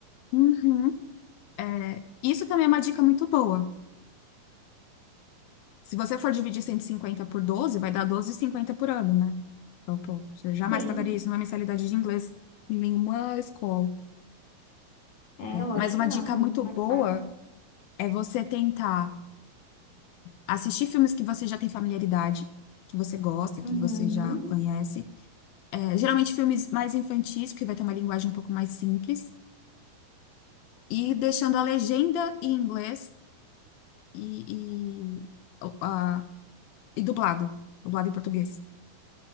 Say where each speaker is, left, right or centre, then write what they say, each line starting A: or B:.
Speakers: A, on the left; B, on the left.
A: Uhum. É, isso também é uma dica muito boa. Se você for dividir 150 por 12 vai dar doze e cinquenta por ano, né? Então, pô, você jamais
B: Sim,
A: pagaria isso numa mensalidade de inglês em nenhuma escola.
B: é, lógico
A: Mas uma
B: que não,
A: dica muito
B: é muito mais
A: boa
B: caro.
A: é você tentar assistir filmes que você já tem familiaridade, que você gosta,
B: Uhum.
A: que você já conhece. É, geralmente filmes mais infantis, porque vai ter uma linguagem um pouco mais simples. E deixando a legenda em inglês e, e, o- a- e dublado. Dublado em português.